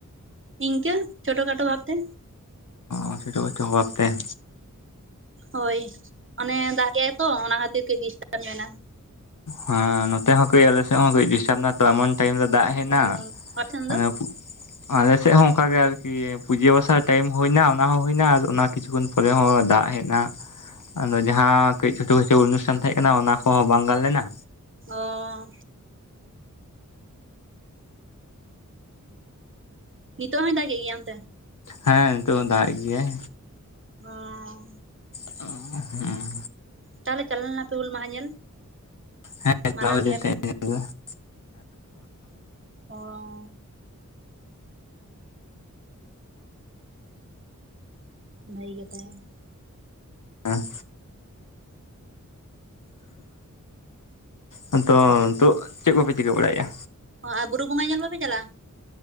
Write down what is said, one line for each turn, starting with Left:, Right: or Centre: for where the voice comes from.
Right: ᱤᱱᱠᱟᱹ ᱪᱷᱳᱴ-ᱠᱷᱟᱴᱳ ᱵᱷᱟᱵᱛᱮ᱾
Left: <unintelligible> ᱦᱚᱨ ᱛᱮ᱾
Right: ᱦᱳᱭ ᱚᱱᱮ ᱫᱟᱜ ᱜᱮᱜᱟᱭ ᱛᱚ ᱚᱱᱟ ᱠᱷᱟᱹᱛᱤᱨ ᱛᱮ ᱰᱤᱥᱴᱟᱵ ᱧᱚᱜ ᱮᱱᱟ᱾
Left: ᱦᱮᱸ ᱱᱚᱛᱮ ᱦᱚᱸ ᱠᱟᱹᱡ ᱟᱞᱮᱥᱮᱫ ᱦᱚᱸ ᱠᱟᱹᱡ ᱰᱤᱥᱴᱟᱵ ᱱᱟ ᱛᱚ, ᱮᱢᱚᱱᱼᱼ ᱴᱟᱭᱤᱢ ᱨᱮ ᱫᱟᱜ ᱦᱮᱡ ᱮᱱᱟ,
Right: ᱚ ᱟᱯᱮ ᱴᱷᱮᱱ
Left: ᱟᱫᱚ
Right: ᱫᱚ
Left: ᱟᱞᱮᱥᱮᱫ ᱦᱚᱸ ᱚᱱᱠᱟ ᱜᱮ ᱟᱨᱠᱤ ᱯᱩᱡᱟᱹ ᱵᱟᱥᱟᱼᱼ ᱴᱟᱭᱤᱢ ᱦᱩᱭᱱᱟ ᱚᱱᱟ ᱦᱚᱸ ᱦᱩᱭᱱᱟ ᱚᱱᱟ ᱠᱤᱪᱷᱩᱜᱟᱱ ᱯᱚᱨᱮ ᱦᱚᱸ ᱫᱟᱜ ᱦᱮᱸᱡ ᱮᱱᱟ, ᱟᱫᱚ ᱡᱟᱦᱟᱸᱼᱼ ᱠᱟᱹᱡ ᱪᱷᱳᱴᱳ ᱠᱟᱪᱷᱩ ᱚᱱᱩᱴᱷᱟᱱ ᱛᱟᱦᱮᱸ ᱠᱟᱱᱟ ᱚᱱᱟ ᱠᱚᱦᱚᱸ ᱵᱟᱝ ᱜᱟᱱ ᱞᱮᱱᱟ᱾
Right: ᱚᱸᱻ ᱱᱤᱛᱚᱜ ᱦᱚᱸᱭ ᱫᱟᱜᱮᱫ ᱜᱮᱭᱟ ᱚᱱᱛᱮ?
Left: ᱦᱮᱸ ᱱᱤᱛᱚᱜ ᱦᱚ ᱫᱟᱜ ᱮᱫ ᱜᱮᱭᱟᱭ᱾
Right: ᱚᱸ
Left: <unintelligible> ᱦᱩᱸ
Right: ᱛᱟᱦᱞᱮ ᱪᱟᱞᱟ ᱞᱮᱱᱟᱯᱮ ᱦᱩᱞ ᱢᱟᱦᱟ ᱧᱮᱞ?
Left: ᱦᱮᱸ ᱪᱟᱞᱟᱣ
Right: ᱢᱟᱱᱟᱣ
Left: ᱦᱳᱭ
Right: ᱠᱮᱜᱼᱟ
Left: ᱞᱮᱱ ᱛᱟᱦᱮᱸᱜ
Right: ᱯᱮ
Left: <unintelligible>
Right: ᱚᱸ ᱵᱷᱟᱹᱜᱤ <unintelligible>
Left: ᱦᱮᱸ ᱦᱮᱸ ᱛᱳ ᱱᱤᱛᱚᱜ ᱪᱮᱜ ᱠᱚᱯᱮ ᱪᱤᱠᱟᱹ ᱵᱟᱲᱟᱭᱮᱜ-ᱟ?
Right: ᱚᱸ ᱟᱨ ᱵᱩᱨᱩ ᱵᱚᱸᱜᱟ ᱧᱮᱞ ᱵᱟᱯᱮ ᱪᱟᱞᱟᱣ-ᱟ?